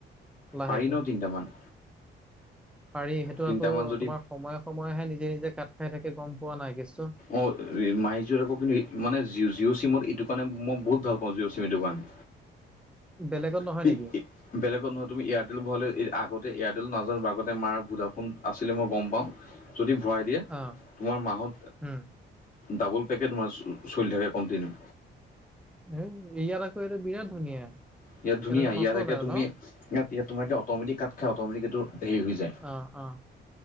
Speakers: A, in the centre; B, on the left.
A: লাহেকে।
B: পাৰি ন' তিনটামান?
A: পাৰি, সেইটো
B: তিনিটামান
A: আকৌ
B: যদি
A: তোমাৰ সময়ে সময়েহে নিজে নিজে কাট খাই থাকে, গম পোৱা নাই কেচটো?
B: অ' মাই জি'অ' আকৌ কিন্তু ইমানে মানে জিঅ' জিঅ' চিমত এইটো কাৰণে মই বহুত ভাল পাওঁ, জিঅ' চিম এইটো কাৰণে।
A: বেলেগত
B: <unintelligible>
A: নহয় নেকি?
B: বেলেগত নহয় তুমি এয়াৰটেল ভৰালে আগতে, এয়াৰটেল নাজানো আগতে মাৰ ভুডাফোন আছিলে মই গম পাওঁ। যদি ভৰাই দিয়া
A: অ,
B: তোমাৰ মাহত
A: উম।
B: ডাবল পেকেট মাহ চলি থাকে কণ্টিনিউ।
A: হেই এইয়াত আকৌ এইটো বিৰাট ধুনীয়া।
B: ইয়াত ধুনীয়া,
A: আকৌ নচলে
B: ইয়াত একে তুমি
A: ন?
B: ইয়াত ইয়াত তোমাৰ এই অট'মেটিক কাট খাই, অট'মেটিক এইটো হেৰি হৈ যায়।
A: অ', অ'